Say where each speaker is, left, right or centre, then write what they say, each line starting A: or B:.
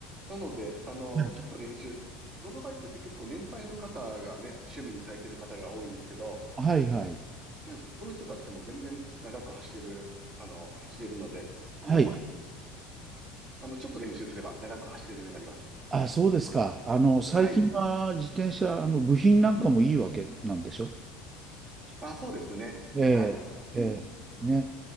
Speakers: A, on the right; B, on the right.
A: なので、あのちょっと練習、
B: はい。
A: ロードバイクって結構年配の方がね、趣味にされてる方が多いんですけど、
B: はいはい。
A: うん、その人たちでも全然長く走れる、あの走れるので、
B: はい。
A: もう、あの、ちょっと練習すれば長く走れるようになります。
B: あ、そうですか。あの、最近は自転車、
A: はい。
B: あの、部品なんかもいいわけなんでしょ？
A: あ、そうですね。
B: ええ、
A: はい。
B: ええ、
A: うん。
B: ね。